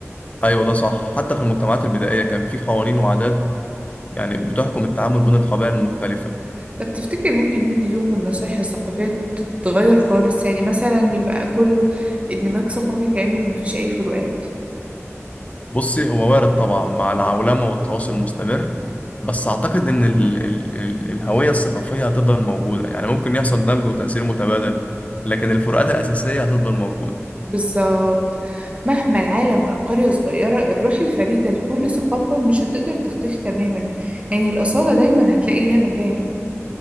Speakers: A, on the left; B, on the right.
A: ايوه ده صح حتى في المجتمعات البدائيه كان في قوانين وعادات يعني بتحكم التعامل بين القبائل المختلفه
B: طب تفتكر ممكن يجي يوم والنصايح الثقافية تتغير خالص يعني مثلا يبقى كله اندماج ثقافي كامل ومفيش أي فروقات
A: بصي هو وارد طبعا مع العولمه والتواصل المستمر بس اعتقد ان ال ال ال الهويه الثقافيه هتفضل موجوده يعني ممكن يحصل دمج وتاثير متبادل لكن الفروقات الاساسيه هتفضل موجوده
B: بالظبط مهما العالم بقى قرية صغيرة الروح الفريدة لكل ثقافة مش هتقدر تختفي تماما يعني الأصالة دايما هتلاقي ليها مكان